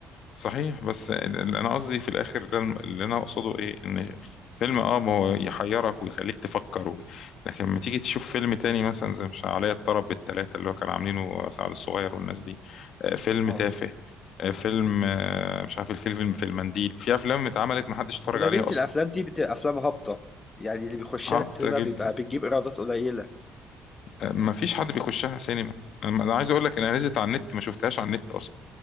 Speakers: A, on the left (about 60°); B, on the left (about 20°).
A: صحيح بس ال- ال- انا قصدي في الاخر ده الم- اللي انا اقصده ايه ان فيلم اه ما هو يحيرك ويخليك تفكر و... لكن لما تيجي تشوف فيلم تاني مثلا زي مش عليا الطرب بالثلاثه اللي هو كان عاملينه سعد الصغير والناس دي آه، فيلم
B: اه
A: تافه آه، فيلم آه، مش عارف الفيلم في المنديل في افلام اتعملت ما حدش اتفرج
B: أغلبية
A: عليها اصلا
B: الأفلام دي بتبقى أفلام هابطة يعني اللي بيخشها
A: هابطه
B: السينما
A: جدا
B: بيبقى بتجيب إيرادات قليلة
A: آه، ما فيش حد بيخشها سينما انا أنا عايز اقول لك انا نزلت على النت ما شفتهاش على النت اصلا